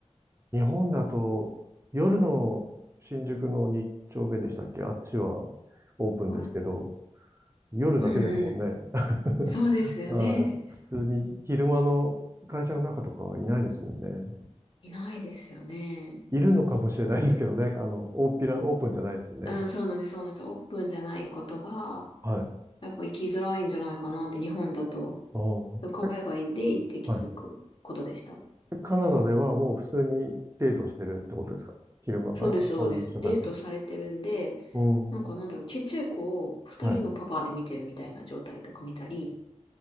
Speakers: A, on the right; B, on the left.
A: 日本だと夜の新宿の日丁目でしたっけあっちはオープンですけど、
B: はい。
A: 夜だけですもんね。
B: うんうん。
A: <laughs>
B: そうですよね。
A: はい。普通に昼間の会社の中とかはいないですもんね。
B: いないですよね。
A: いるのかもしれないですけどね。あの、大っぴら、オープンじゃないですよね。
B: あ、そうなんです、そうなんです。オープンじゃないことが、
A: はい。
B: やっぱ生きづらいんじゃないかなって日本だと。
A: おえ、
B: 海外で行って気づくことでした。
A: はい。カナダではもう普通にデートしてるってことですか昼間からそういう人たちが。
B: そうです、そうです。デートされてるんで、
A: うん。
B: なんかなんだろう、ちっちゃい子を二人のパパで見てるみたいな状態とか見たり、
A: はい。